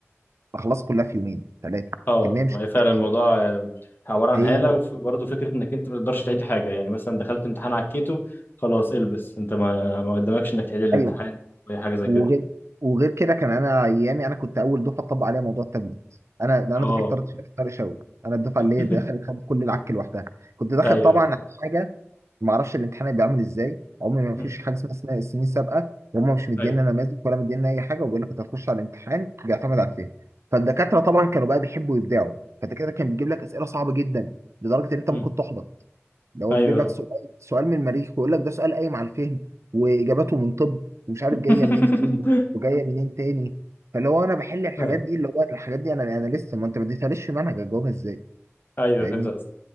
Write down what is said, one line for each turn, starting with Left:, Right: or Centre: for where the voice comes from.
Right: بخلص كلها في يومين ثلاثه
Left: اه
Right: كميه مش
Left: ما هي
Right: كتير
Left: فعلا الموضوع
Right: خالص.
Left: آه، عباره عن
Right: هي
Left: هاله وبرضه فكره انك انت ما تقدرش تعيد حاجه يعني مثلا دخلت امتحان عكيته خلاص البس انت ما ما قدامكش انك تعيد الامتحان
Right: ايوه
Left: ولا حاجه زي
Right: وغير
Left: كده
Right: وغير كده كان انا ايامي انا كنت اول دفعه تطبق عليها موضوع التابلت انا انا
Left: اه
Right: دفعه طارق طارق شوقي انا الدفعه
Left: <laughs>
Right: اللي هي دخلت خدت كل العك لوحدها كنت داخل
Left: ايوه
Right: طبعا على حاجه ما اعرفش الامتحان هيبقى عامل ازاي عمري ما فيش
Left: مم.
Right: حاجه اسمها اسمها السنين السابقه وهم مش مدينا
Left: ايوه
Right: نماذج ولا مدينا اي حاجه وبيقول لك انت هتخش على الامتحان بيعتمد على فين فالدكاتره طبعا كانوا بقى بيحبوا يبدعوا فالدكاتره كان بيجيب لك اسئله صعبه جدا لدرجه ان انت
Left: مم.
Right: ممكن تحبط ده هو
Left: ايوه
Right: بيجيب لك سؤال سؤال من المريخ ويقول لك ده سؤال قايم على الفهم واجاباته من طب ومش عارف
Left: <laughs>
Right: جايه منين تاني وجايه منين تاني فاللي هو انا بحل الحاجات
Left: آه،
Right: دي اللي هو الحاجات دي انا انا لسه ما انت ما اديتهاليش في منهج اجاوبها ازاي
Left: ايوه
Right: فاهمني
Left: فهمت قصدك